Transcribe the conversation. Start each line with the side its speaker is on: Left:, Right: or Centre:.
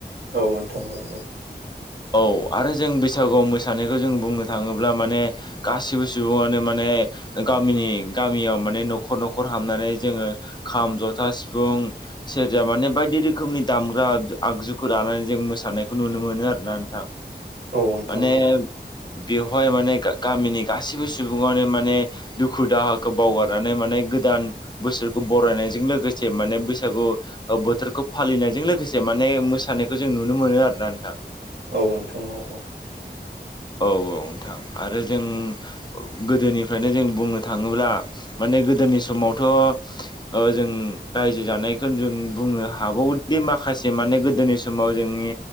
Right: औ नोंथां औ औ।
Left: औ आरो जों बैसागुआव मोसानायखौ जों बुंनो थाङोब्ला माने गासिबो सुबुङानो माने गामिनि गामियाव माने नखर नखर हाबनानै जोङो खाम जथा सिफुं सेरजा माने बायदि रोखोमनि दामग्रा आगजुखौ लानानै जों मोसानायखौ नुनो मोनो आरोना नोंथां।
Right: औ नोंथां
Left: माने बेवहाय माने गामिनि गासिबो सुबुङानो माने दुखु दाहाखौ बावगारनानै माने गोदान बोसोरखौ बरायनायजों लोगोसे माने बैसागु बोथोरखौ फालिनायजों लोगोसे माने मोसानायखौ जों नुनो मोनो आरोना नोंथां।
Right: औ नोंथां औ औ
Left: औ औ नोंथां आरो जों गोदोनिफ्रायनो जों बुंनो थाङोब्ला माने गोदोनि समावथ' ओ जों रायजो जानाय बेखौ जों बुंनो हाबावोदि माखासे माने गोदोनि समाव जोंनि